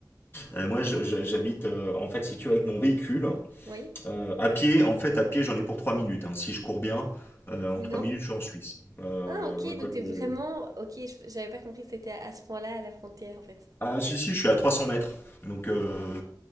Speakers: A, on the left; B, on the right.
A: Euh, moi je- je- j'habite euh, en fait si tu veux avec mon véhicule
B: Oui.
A: Euh, à pied, en fait, à pied, j'en ai pour 3 minutes. hein. Si je cours bien, euh, en
B: Mais
A: 3
B: non.
A: minutes, je suis en Suisse. Euh,
B: Ah, ok,
A: ouais, quoi
B: donc
A: que-
B: t'es vraiment. Ok, je- j'avais pas compris que c'était à à ce point-là, à la frontière, en fait.
A: Ah, si, si, je suis à 300 mètres. Donc, euh,